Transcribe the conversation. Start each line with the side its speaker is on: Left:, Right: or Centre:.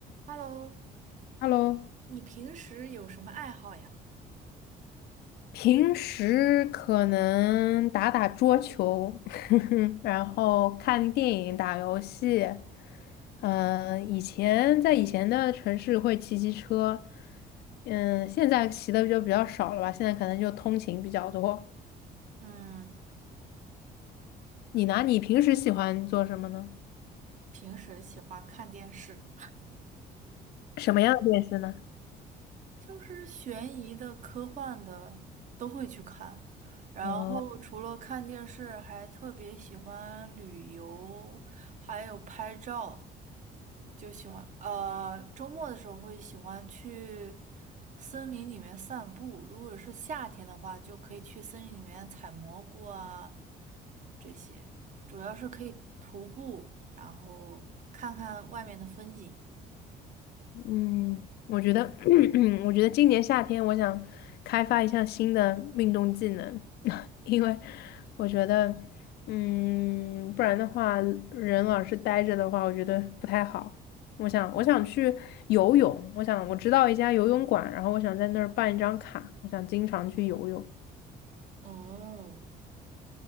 Right: Hello，
Left: Hello，
Right: 你平时有什么爱好呀？
Left: 平时可能打打桌球，<laughs> 然后看电影、打游戏。嗯、以前在以前的城市会骑骑车，嗯，现在骑的就比较少了吧，现在可能就通勤比较多。
Right: 嗯，
Left: 你呢？你平时喜欢做什么呢？
Right: 平时喜欢看电视，
Left: 什么样的电视呢？
Right: 就是悬疑的、科幻的都会去看。然后除了看电视，
Left: 嗯
Right: 还特别喜欢旅游，还有拍照，就喜欢。呃，周末的时候会喜欢去森林里面散步。如果是夏天的话，就可以去森林里面采蘑菇啊，这些，主要是可以徒步，然后看看外面的风景。
Left: 嗯，我觉得，<clears throat> 我觉得今年夏天我想开发一项新的运动技能，<laughs> 因为我觉得，嗯，不然的话，人老是呆着的话，我觉得不太好。我想，我想去游泳，我想我知道一家游泳馆，然后我想在那儿办一张卡，我想经常去游泳。
Right: 哦，